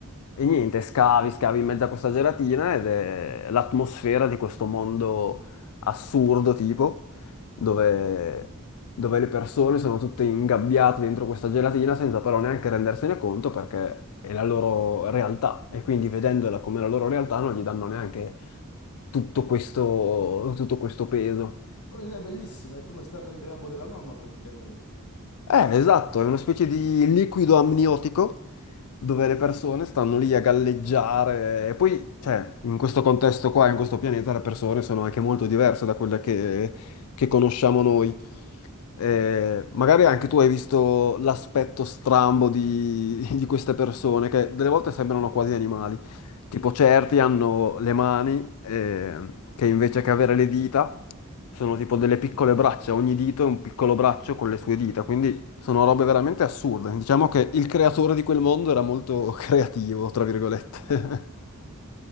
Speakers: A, on the left; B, on the left.
A: E niente, scavi, scavi in mezzo a questa gelatina ed è l'atmosfera di questo mondo assurdo tipo, dove, dove le persone sono tutte ingabbiate dentro questa gelatina senza però neanche rendersene conto perché è la loro realtà e quindi vedendola come la loro realtà non gli danno neanche tutto questo, tutto questo peso.
B: È Un'idea bellissima, è come stare nel grembo della mamma praticamente.
A: Eh, esatto, è una specie di liquido amniotico dove le persone stanno lì a galleggiare e poi, cioè, in questo contesto qua, in questo pianeta, le persone sono anche molto diverse da quelle che, che conosciamo noi. Eh, magari anche tu hai visto l'aspetto strambo di, di queste persone che delle volte sembrano quasi animali. Tipo certi hanno le mani eh, che invece che avere le dita sono tipo delle piccole braccia, ogni dito è un piccolo braccio con le sue dita, quindi sono robe veramente assurde. Diciamo che il creatore di quel mondo era molto <laughs> creativo, tra virgolette. <laughs>